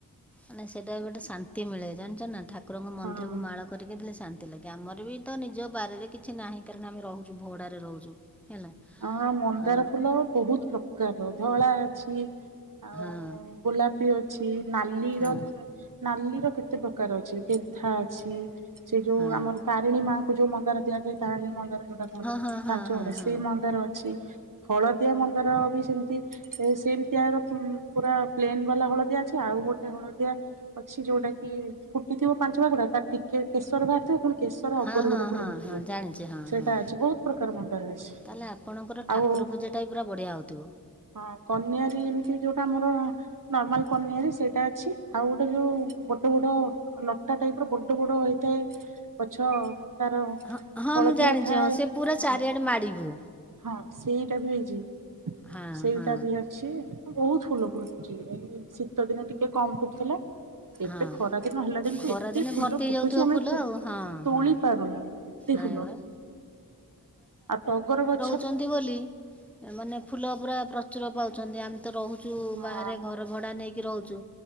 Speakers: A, in the centre; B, on the right (about 55°).
A: ମାନେ ସେଟା ବି ଗୋଟେ ଶାନ୍ତି ମିଳେ ଜାଣିଚନା ଠା ଠକୁରଙ୍କ ମନ୍ଦିରକୁ
B: ହଁ।
A: ମାଳ କରିକି ଦେଲେ ଶାନ୍ତି ଲାଗେ। ଗାମରେ ବିତ ନିଜ ବାରିରେ କିଛି ନାହିଁ କାରଣ ଆମେ ରହୁଚୁ ଭଡାରେ ରହୁଛୁ। ହେଲା
B: ଅ ମନ୍ଦାର
A: ହଁ
B: ଫୁଲ ବହୁତ ପ୍ରକାରର। ଧଳା <unintelligible> ଆଉ
A: ହଁ
B: ଗୋଲାପି ଅଛି ନାଲି
A: ହଁ
B: ର ପୁରା ନାଲି ର କେତେ କେତେ ପ୍ରକାର ଅଛି। ପେନ୍ଥା ଅଛି। ସେ ଯଉ
A: ହଁ
B: ଆମର ତାରିଣୀ ମା ଏ ଯଉ ମନ୍ଦାର ଦିଆଯାଏ ତା ଆଣି ମନ୍ଦାର ଯଉଟା କୁହନ୍ତି
A: ହଁ ହଁ ହଁ
B: <unintelligible>
A: ହଁ
B: ସେଇ ମ ଅଛି। ହଳଦିଆ ମନ୍ଦାର ବି ସେମତି ଏ ସେମତି ଆର ପୁ ପୁରା ପ୍ଲେନ୍ ବାଲା ହଳଦିଆ ଅଛି। ଆଉ ଗୋଟେ ହଳଦିଆ ଅଛି ଯଉଟା କି ଫୁଟିଥିବ ପାଞ୍ଚ ଭାଗଟା ତାର ଟିକେ କେଶର ବାହାରିଥିବ ପୁଣି କେଶର
A: ହଁ
B: ଅଗରେ
A: ହଁ
B: ଗୋଟେ ଫୁଲ
A: ହଁ
B: ଫୁଟିଥିବ
A: ହଁ ଜାଣିଛି ହଁ
B: ସେଇଟା
A: ହଁ
B: ଅଛି ବହୁତ ପ୍ରକାର ମନ୍ଦାର ଅଛି।
A: ତାହେଲେ ଆପଣଙ୍କର ଠାକୁର
B: ଆଉ
A: ପୂଜାଟାବି ପୁରା ବଢ଼ିଆ ହଉଥିବ।
B: ହଁ କନିଆାରୀ ଏମିତି ଯଉଟା ମୋର ର ନର୍ମାଲ କନିଆରି ସେଇଟା ଛି। ଆଉ ଗୋଟେ ଯଉ ବଡ ବଡ ଲଟା ଟାଇପ ର ବଡ ବଡ ହେଇଥାଏ। ଗଛ ତାର
A: ହଁ ହଁ
B: ହଳଦିଆ
A: ମୁଁ ଜାଣିଛି
B: ଥାଏ
A: ହଁ ସେ ପୁରା ଚାରିଆଡ଼େ
B: ହଁ।
A: ମାଡ଼ିବୁ
B: ହଁ ସେଇଟା ବି ହେଇଚି।
A: ହଁ
B: ସେଇଟା
A: ହଁ
B: ବି ଅଛି। ବହୁତ ଫୁଲ ଫୁଲୁଚି ବାକି ଶୀତ ଦିନେ ଟିକେ କମ ଫୁଟୁଥିଲା। ଏବେ
A: ହଁ
B: ଖରା ଦିନ ହେଲା ଦିନୁଠୁ
A: ଖରାଦିନେ
B: ଏତେ ଫୁଲ
A: ଭର୍ତ୍ତି ହେଇଯାଉଥିବ
B: ଫୁଟୁଚି ଆମେ
A: ଫୁଲ
B: ତୋ-ତୋଳି
A: ଆଉ ହଁ ହଁ
B: ପାରୁନୁ। ଏତେ
A: ନାଇଁ
B: ଫୁଲ।
A: ବା
B: ଆଉ ଟଗର ଗ
A: ଚନ୍ତି ବୋଲି ଏ ମାନେ ଫୁଲ ଫୁଲ ପୁରା ପ୍ରଚୁର ପାଉଛନ୍ତି ଆମ ତ ରହୁଚୁ
B: ହଁ
A: ବାହାରେ ଘର ଭଡା ନେଇକି ରହୁଚୁ